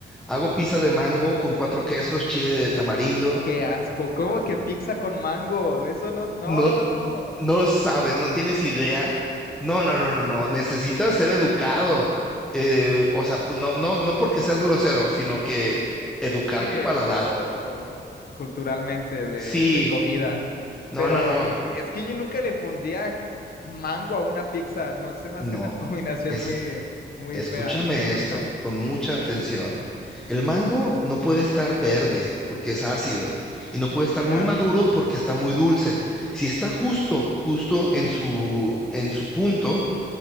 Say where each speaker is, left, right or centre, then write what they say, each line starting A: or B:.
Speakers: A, in the centre; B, on the left (about 55°).
A: Hago pizzas de mango con cuatro quesos, chile de tamarindo.
B: Qué asco, ¿cómo que pizza con mango? Eso no, no,
A: No,
B: no, no.
A: no sabes, no tienes idea. No, no, no, no, no. Necesitas ser educado. Eh, o sea, pues, no, no, no porque seas grosero, sino que educar
B: Sí,
A: tu
B: educado
A: paladar.
B: culturalmente de,
A: Sí,
B: de comida,
A: no,
B: pero
A: no, no,
B: es que yo nunca le pondría mango a una pizza. No, se me
A: no.
B: hace una <laughs> combinación
A: Es
B: muy, muy
A: Escúchame
B: fea, muy tonta.
A: esto con mucha atención. El mango no puede estar verde porque es ácido y no puede estar
B: Claro,
A: muy maduro porque está muy dulce. Si está justo, justo en su, en su punto,